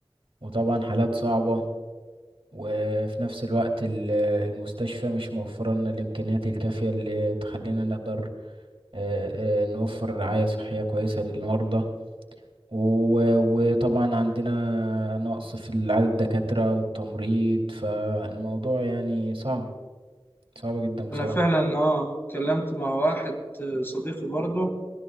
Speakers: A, on the right; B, on the left.
A: وطبعا حالات صعبة وفي نفس الوقت ال- المستشفى مش موفرة لنا الإمكانيات الكافية اللي تخلينا نقدر آه، آه، نوفر رعاية صحية كويسة للمرضى و- وطبعا عندنا نقص في عدد الدكاترة والتمريض فالموضوع يعني صعب صعب جدا بصراحة
B: انا فعلا اه اتكلمت مع واحد صديقي برضه